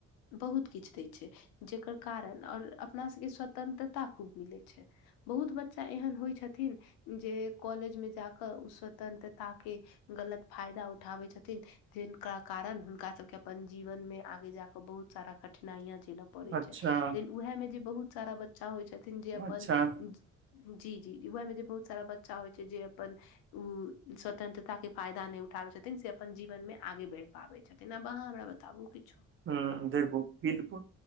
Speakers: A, on the left; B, on the right.
A: बहुत किछु दै छै। जेकर कारण आओर अपना सबके स्वतंत्रता खूब मिलै छै। बहुत बच्चा एहन होइ छथिन। जे कॉलेज में जाकऽ ओ स्वतंत्रता के गलत फायदा उठ उठाबै छथिन। जिनका कारण हुनका सबके अपन जीवन मे आगे जा कऽ बहुत सारा कठिनाइयाँ झेलऽ पड़ै
B: अच्छा
A: छै। लेकिन उएहमे जे बहुत सारा बच्चा होइ छथिन। जे अपन
B: अच्छा
A: जी जी उह मे जे बहुत सारा बच्चा होइ छै। जे अपन ओ स्वतंत्रता केँ फायदा नय उठाबै छ थिन से अपन जीवनमे आगे बैढ़ पाबै छथिन। आब अहाँ हमरा बताबू किछो
B: हूँ देखू बिलकुल